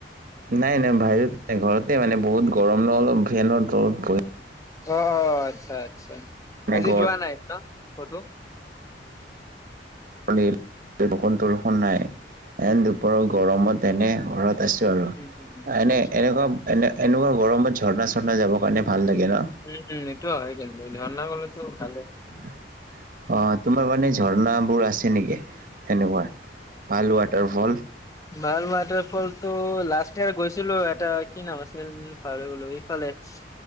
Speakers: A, on the right; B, on the left.
A: নাই- নাই বাহিৰত নাই, ঘৰতে মানে বহুত গৰম ন অলপ ফেনৰ তলত বহি
B: অ, আতচ্ছা, আতচ্ছা,
A: মানে
B: আজি
A: গৰম
B: যোৱা নাই কতো?
A: শুনি এনেই বৰষুণ চৰখুন নাই। সেন দুপৰৰ গৰমত এনে ঘৰত আছোঁ। আৰু
B: উম, উম,
A: এনে-
B: আচ্ছা,
A: এনেকুৱা, এনে- এনেকুৱা গৰমত ঝৰ্ণা- চৰ্ণা যাবৰ কাৰণে ভাল লাগে ন?
B: উম, এইটো হয়, ঝৰ্ণা গলেটো ভালে।
A: <unintelligible> অ, তোমাৰ মানে ঝৰ্ণাবোৰ আছে নেকি? তেনেকুৱা ভাল ৱাটাৰ ফ'ল।
B: ভাল ৱাটাৰ ফ'লতটো লাষ্ট ইয়াৰ গৈছিলোঁ। এটা কি নাম আছিল। পাৰ হৈ গ'লো। এইফালে আহি